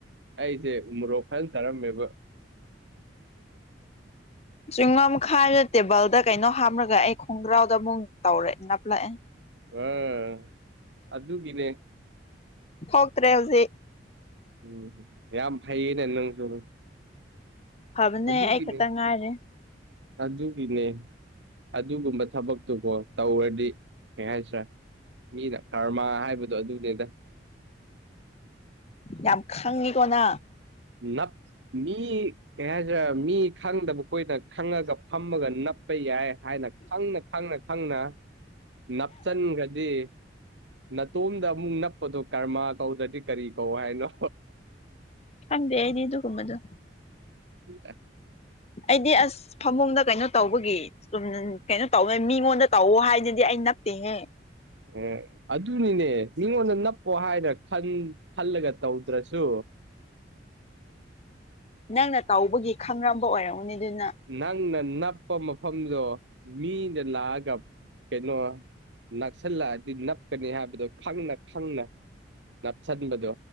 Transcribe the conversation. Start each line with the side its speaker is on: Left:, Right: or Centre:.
Right: ꯑꯩꯁꯦ ꯃꯣꯔꯣꯛ ꯐꯖꯅ ꯆꯥꯔꯝꯃꯦꯕ
Left: ꯆꯤꯡꯉꯝ ꯈꯥꯏꯔ ꯇꯦꯕꯜꯗ ꯀꯩꯅꯣ ꯍꯥꯞꯂꯒ ꯑꯩ ꯈꯣꯡꯒ꯭ꯔꯥꯎꯗ ꯑꯃꯨꯛ ꯇꯧꯔꯦ ꯅꯞꯂꯛꯑꯦ
Right: ꯑꯥ ꯑꯗꯨꯒꯤꯅꯦ꯫
Left: ꯊꯣꯛꯇ꯭ꯔꯦ ꯍꯧꯖꯤꯛ
Right: ꯎꯝ ꯌꯥꯝ ꯐꯩꯌꯦꯅꯦ ꯅꯪꯁꯨ
Left: ꯐꯕꯅꯦ
Right: ꯑꯗꯨꯒꯤꯅꯦ
Left: ꯑꯩ ꯈꯛꯇ ꯉꯥꯏꯔꯦ꯫
Right: ꯑꯗꯨꯒꯤꯅꯦ꯫ ꯑꯗꯨꯒꯨꯝꯕ ꯊꯕꯛꯇꯨꯕꯣ ꯇꯧꯔꯗꯤ ꯀꯩ ꯍꯥꯏꯁꯤ꯭ꯔꯥ ꯃꯤꯅ ꯀꯔꯃ ꯍꯥꯏꯕꯗꯣ ꯑꯗꯨꯅꯤꯗ
Left: ꯌꯥꯝ ꯈꯪꯉꯤꯀꯣ ꯅꯪ
Right: ꯅꯞ ꯃꯤ ꯀꯩ ꯍꯥꯏꯖꯤꯔꯥ ꯃꯤ ꯈꯪꯗꯕ ꯀꯣꯏꯅ ꯈꯪꯉꯒ ꯐꯝꯃꯒ ꯅꯞꯄ ꯌꯥꯏ ꯍꯥꯏꯅ ꯈꯪꯅ ꯈꯪꯅ ꯈꯪꯅ ꯅꯞꯆꯟꯈ꯭ꯔꯗꯤ ꯅꯇꯣꯝꯗ ꯑꯃꯨꯛ ꯅꯞꯄꯗꯣ ꯀꯔꯃꯥ ꯀꯧꯗ꯭ꯔꯗꯤ ꯀꯔꯤ ꯀꯧ ꯍꯥꯏꯅꯣ꯫
Left: ꯈꯪꯗꯦ ꯑꯩꯗꯤ ꯑꯗꯨꯒꯨꯝꯕꯗꯣ
Right: ꯎ <inaudible>
Left: ꯑꯩꯗꯤ ꯑꯁ ꯐꯃꯨꯡꯗ ꯀꯩꯅꯣ ꯇꯧꯕꯒꯤ ꯁꯨꯝ ꯀꯩꯅꯣ ꯇꯧꯅꯦ ꯃꯤꯉꯣꯟꯗ ꯇꯧꯋꯣ ꯍꯥꯏꯗꯨꯗꯤ ꯑꯩ ꯅꯠꯇꯦꯍꯦ꯫
Right: ꯑꯦ ꯑꯗꯨꯅꯤꯅꯦ ꯃꯤꯉꯣꯟꯗ ꯅꯞꯄꯣ ꯍꯥꯏꯅ ꯈꯟ ꯈꯜꯂꯒ ꯇꯧꯗ꯭ꯔꯁꯨ꯫
Left: ꯅꯪꯅ ꯇꯧꯕꯒꯤ ꯈꯪꯔꯝꯕ ꯑꯣꯏꯔꯝꯒꯅꯤ ꯗꯨꯅ꯫
Right: ꯅꯪꯅ ꯅꯞꯄ ꯃꯐꯝꯗꯣ ꯃꯤꯅ ꯂꯥꯛꯑꯒ ꯀꯩꯅꯣ꯫ ꯅꯛꯁꯤꯜꯂꯛꯑꯗꯤ ꯅꯞꯀꯅꯤ ꯍꯥꯏꯕꯗꯣ ꯈꯪꯅ ꯈꯪꯅ ꯅꯞꯁꯟꯕꯗꯣ꯫